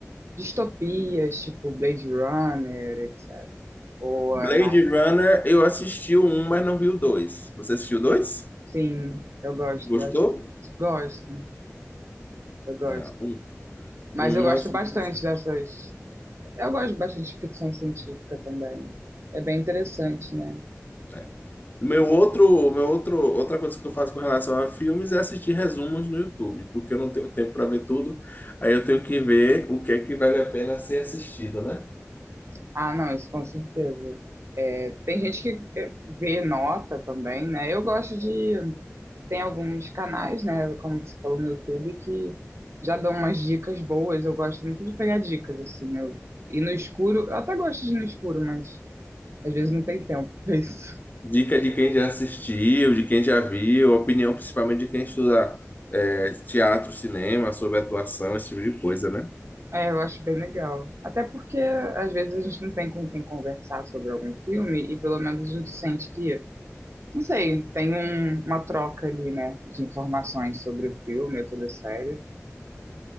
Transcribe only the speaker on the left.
Blade
Runner, eu assisti o um, mas não vi o dois. Você assistiu o dois?
Gostou?
Não, um.
Um
eu acho
interessante.
É. Meu outro, meu outro, outra coisa que eu faço com relação a filmes é assistir resumos no YouTube, porque eu não tenho tempo para ver tudo. Aí eu tenho que ver o que é que vale a pena ser assistido, né?
Dica de quem já assistiu, de quem já viu, opinião principalmente de quem estuda é, teatro, cinema, sobre atuação, esse tipo de coisa, né?